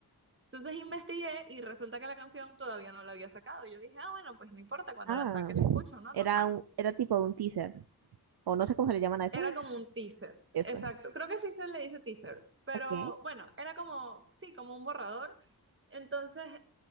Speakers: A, on the right (about 30°); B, on the right (about 80°).
A: Entonces investigué y resulta que la canción todavía no la había sacado. Yo dije, ah, bueno, pues no importa, cuando
B: Ah,
A: la saque la escucho, ¿no?
B: era,
A: Normal.
B: un- era tipo un teaser, o no sé cómo se le llaman a eso,
A: Era como un teaser,
B: eso.
A: exacto. Creo que sí se le dice teaser, pero
B: Ok,
A: bueno, era como, sí, como un borrador. Entonces